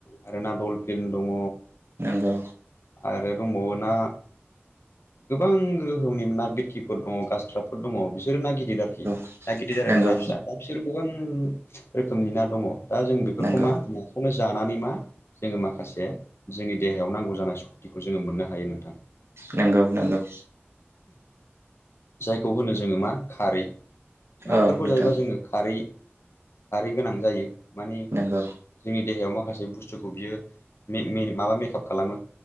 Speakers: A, on the left; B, on the right.
A: आरो ना दलफिन दङ!
B: नंगौ
A: आरो दंबावो ना गोबां रोखोमनि ना बिरखिफोर दङ ग्रासकार्पफोर दङ बिसोर ना गिदिर
B: नंगौ
A: आरोखि ना गिदिर आरोा
B: नंगौ
A: ना फिसा ना बिसोर गोबां रोखोमनि ना दङ दा जों बेफोरखौ
B: नंगौ
A: मा नाखौनो जानानै मा जोङो माखासे जोंनि देहायाव नांगौ जानाय सशक्तिखौ जोङो मोननो हायो नोंथां।
B: नंगौ नंगौ
A: जायखौ होनो जोङो मा खारै नाफोरखौ
B: औ नोंथां
A: जायोबा जोङो खारै खारै गोनां जायो मानि
B: नंगौ
A: जोंनि देहायाव माखासे बुस्थुखौ बियो माबा मेकआप खालामो